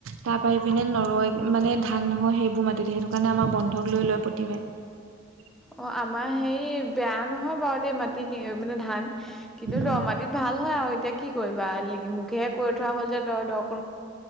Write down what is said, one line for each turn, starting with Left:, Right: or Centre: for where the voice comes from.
Right: তাৰ পৰা এইপিনে নৰই মানে ভাল নহয় সেইবোৰ মাটিত, সেইটো কাৰণে আমাৰ বন্ধক লৈ লয় প্ৰতিবাৰে।
Centre: অ আমাৰ হেৰি বেয়া নহয়। বাৰ দেই মাটি মানে ধান কিন্তু
Right: উম।
Centre: দ মাটিত ভাল হয় আৰু এতিয়া কি কৰিবা মোকহে কৰি থোৱা হ'ল যে তই দক